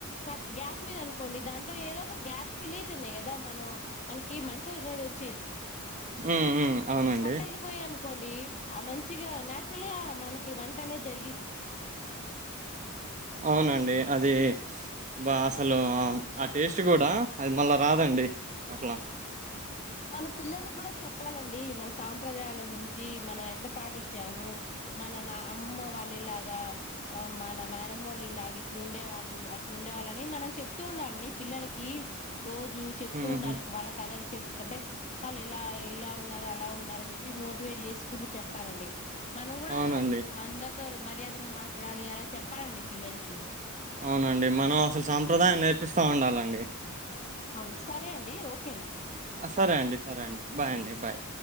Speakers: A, on the left (about 35°); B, on the right (about 35°).
A: కట్ గ్యాస్ మీద అనుకోండి దాంట్లో ఏదో ఒక గ్యాస్ ఫిల్ అవుతున్నాయి కదా మనం మన మంటనే
B: ఉమ్ ఉమ్ అవునండి
A: కట్టెళ్ళిపోయా అనుకోండి ఆ మంచిగా నాచురల్ గా మనకి వంట అనే జరిగిది
B: అవునండి అది బా అసలు ఆ టేస్ట్ కూడా అది మళ్ళా రాదండి అట్లా
A: మన పిల్లలకి కూడా చెప్పాలండి మన సాంప్రదాయాల గురించి మనం ఎట్లా పాటించాము మన నా అమ్మమ్మ వాళ్ళలాగా ఆ మన నాయనమ్మళలాగా ఇట్లు ఉండే వాళ్ళు ఇక్కడు ఉండేవాళ్ళని మనం చెప్తూ ఉండాలంని పిల్లలకి రోజు చెప్తూ
B: ఉహు
A: ఉండాలి వాళ్ళ కథలు చెప్పప్పు అంటే వాళ్ళు ఎలా ఇలా ఉన్నారు అలా ఉన్నార అని చెప్పి మోటివేట్ చేసుకుంటూ చెప్పానండి మనం కూడా
B: అవునండి
A: వంద మర్యాదగా మాట్లాడాలి అలా చెప్పాలండి పిల్లలకి
B: అవునండి మనం అసలు సాంప్రదాయం నేర్పిస్తూ ఉండాలండి
A: అవును సరే అండి ఓే
B: సరే అండి సరే అండి బాయ్ అండి బాయ్